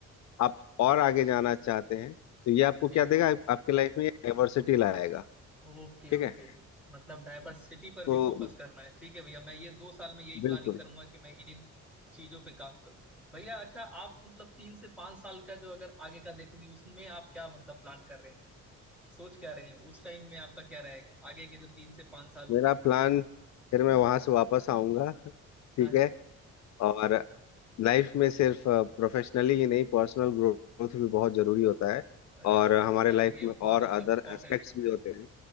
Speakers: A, on the left; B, in the centre.
A: आप और आगे जाना चाहते हैं तो ये आपको
B: जी
A: क्या
B: भैया
A: देगा आप, आपके लाइफ में डाइवर्सिटी लाएगा
B: Okay
A: ठीक
B: okay
A: है
B: मतलब डाइवर्सिटी पर भी
A: तो
B: फोकस करना है ठीक है भैया मैं ये दो साल में यही प्लानिंग
A: बिल्कुल
B: करूंगा कि मैं इन इन चीजों पे काम करूँ भैया अच्छा आप मतलब तीन से पाँच साल का जो अगर आगे का देखेंगे उसमें आप क्या मतलब प्लान कर रहे हैं सोच क्या रहे हैं उस टाइम में आपका क्या रहेगा आगे के जो तीन से पांच साल होंगे
A: मेरा प्लान फिर मैं वहां से वापस आऊंगा ठीक
B: हाँ जी
A: है और लाइफ में सिर्फ प्रोफेशनली ही नहीं पर्सनल ग्रोथ भी बहुत जरूरी होता है
B: अरे
A: और
B: वाह
A: हमारे
B: क्या
A: लाइफ
B: है ये
A: में
B: बहुत
A: और
B: अच्छा
A: अदर
B: थॉट
A: एस्पेक्ट्स
B: है
A: भी होते हैं